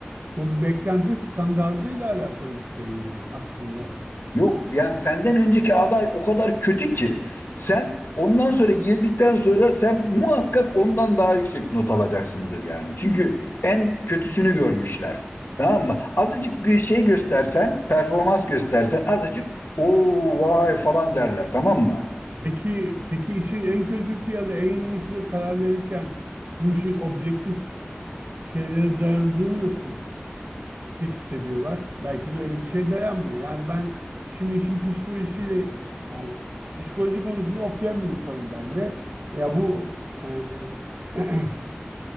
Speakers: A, on the right; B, on the left.
A: bu bir beklenti standardıyla alakalı bir şey mi aslında?
B: Yok yani senden önceki aday o kadar kötü ki sen ondan sonra girdikten sonra sen muhakkak ondan daha yüksek not alacaksındır yani. Çünkü en kötüsünü görmüşler. Tamam mı? Azıcık bir şey göstersen, performans göstersen azıcık o vay falan derler tamam mı?
A: Peki peki işin en kötüsü ya da en iyisine karar verirken bu işin objektif şeylere dayandığını nasıl tespit ediyorlar? Belki de öyle bir şey dayanmıyor. Yani ben şimdi işin psikolojisiyle yani psikoloji konusunu okuyan bir insanım ben de. Ya bu yani <clears throat>